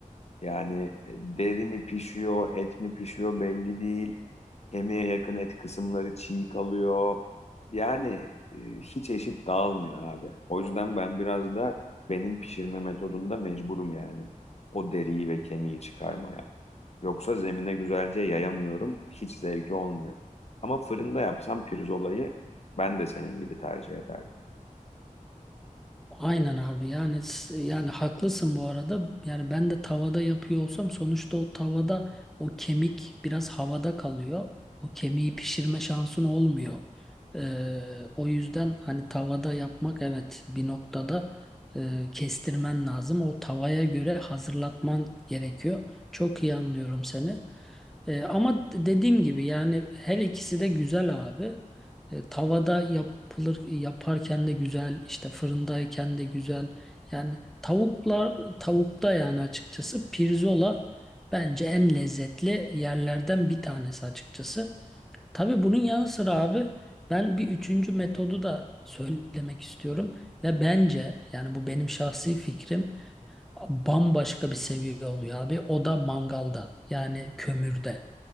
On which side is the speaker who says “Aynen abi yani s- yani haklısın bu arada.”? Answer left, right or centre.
Centre